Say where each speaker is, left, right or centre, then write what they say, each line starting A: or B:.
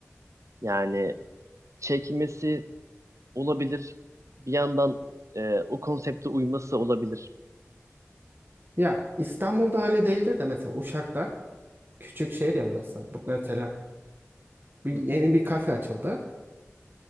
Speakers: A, on the right; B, on the right.
A: Yani çekmesi olabilir. Bir yandan e, o konsepte uyması olabilir.
B: Ya İstanbul'da öyle değildir de mesela Uşak'ta küçük şehir ya burası. Bu mesela bir,
A: Hı hı,
B: yeni bir kafe açıldı.